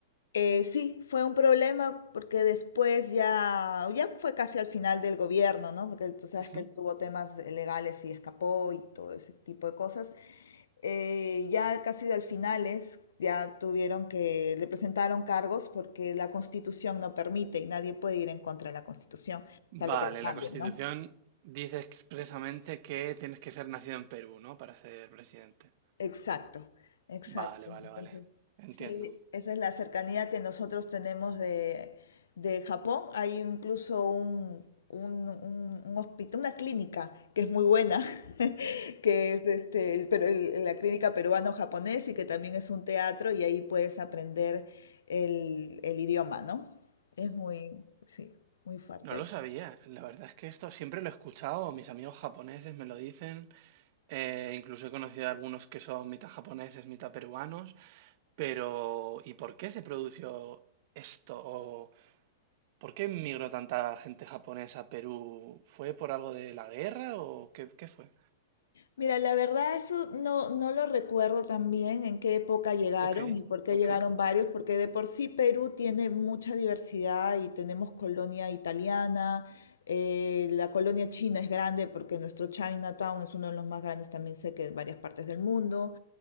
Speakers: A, on the left; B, on the right.
A: Eh, sí, fue un problema porque después ya, ya fue casi al final del gobierno, ¿no? Porque tú sabes
B: Ujú.
A: que él tuvo temas de- legales y escapó y todo ese tipo de cosas. Eh, ya casi al finales ya tuvieron que, le presentaron cargos porque la Constitución no permite y nadie puede ir en contra de la Constitución, salvo
B: Vale,
A: que la cambien,
B: la Constitución
A: ¿no?
B: dice expresamente que tienes que ser nacido en Perú, ¿no? Para ser presidente.
A: Exacto, exacto.
B: Vale, vale,
A: Entonces,
B: vale. Entiendo.
A: sí, esa es la cercanía que nosotros tenemos de, de Japón. Hay incluso un, un, un- un hospital, una clínica que es muy buena, <laughs> que es este, el peru- el- la clínica peruano-japonés y que también es un teatro y ahí puedes aprender el, el idioma, ¿no? Es muy, sí, muy fuerte
B: No lo sabía. La verdad es que esto siempre lo he escuchado. Mis amigos japoneses me lo dicen. eh, incluso he conocido a algunos que son mitad japoneses, mitad peruanos. Pero, ¿y por qué se produjo esto? ¿O por qué migró tanta gente japonesa a Perú? ¿Fue por algo de la guerra o qué, qué fue?
A: Mira, la verdad eso no, no lo recuerdo tan bien en qué época llegaron
B: Ok,
A: y por qué
B: ok,
A: llegaron varios, porque de por sí Perú tiene mucha diversidad y tenemos colonia italiana, eh, la colonia china es grande porque nuestro Chinatown es uno de los más grandes, también sé que en varias partes del mundo.